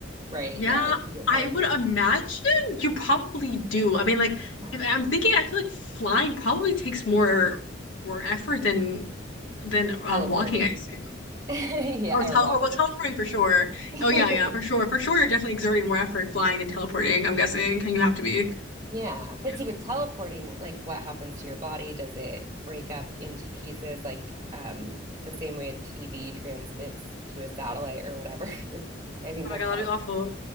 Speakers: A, on the right (about 20°); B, on the left (about 90°).
A: Right.
B: Yeah,
A: Yeah, like you get
B: I
A: worn
B: would
A: out.
B: imagine you probably do. I mean, like
A: Huh.
B: if I'm thinking, I feel like flying probably takes more more effort than than um
A: Teleporting.
B: walking, I assume.
A: <laughs> Yeah,
B: Or
A: or
B: tel
A: walking.
B: or well, teleporting for sure.
A: <laughs>
B: Oh yeah, yeah, for sure. For sure, you're definitely exerting more effort flying than teleporting, I'm guessing. You have to be.
A: Yeah, but
B: Yeah.
A: see, with teleporting, like what happens to your body? Does it break up into pieces, like um, the same way a TV transmits to a satellite or whatever? <laughs> I think
B: Oh
A: that's
B: my God, that'd
A: how
B: be
A: it's
B: awful.